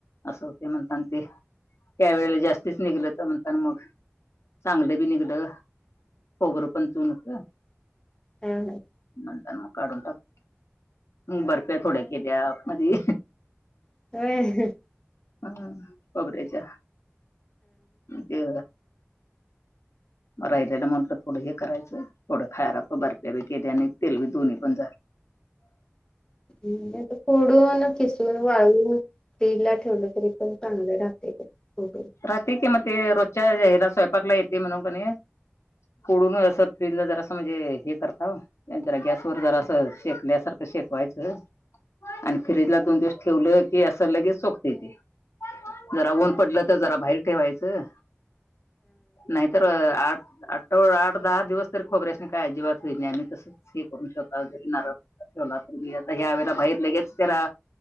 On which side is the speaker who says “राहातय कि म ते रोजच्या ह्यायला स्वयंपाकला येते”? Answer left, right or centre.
Left